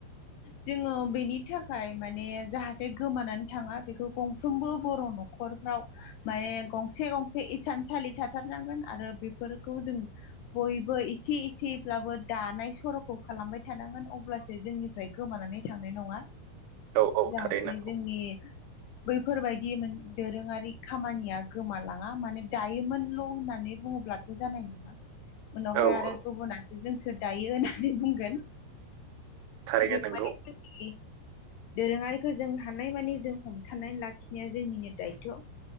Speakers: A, on the left; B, on the right.
A: जोङो बेनि थाखाय माने जाहाथे बे गोमानानै थाङा बेखौ गंफ्रोमबो बर' न'खरफ्राव माने गंसे गंसे इसानसालि थाथारनांगोन आरो बेफोरखौ जों बयबो इसे एसेब्लाबो दानाय सर'खौ खालामबाय थानांगोन। अब्लासो जोंनिफ्राय गोमानानै थांनाय नङा।
B: औ औ
A: जाहाथे
B: थारैनो नंगौ
A: जोंनि बैफोरबायदि दोरोङारि मोश खामानिया गोमालाङा माने दायोमोनल' होननानै बुङोब्ला थ' जानाय नङा। उनावहाय
B: औ
A: आरो
B: औ
A: गुबुनासो जोंसो दायो होननानै बुंगोन।
B: थारैनो
A: जों
B: नंगौ
A: माने जोंनि दोरोङारिखौ जों हानायमानि जों हमथानानै लाखिनाया जोंनिनो दायथ'।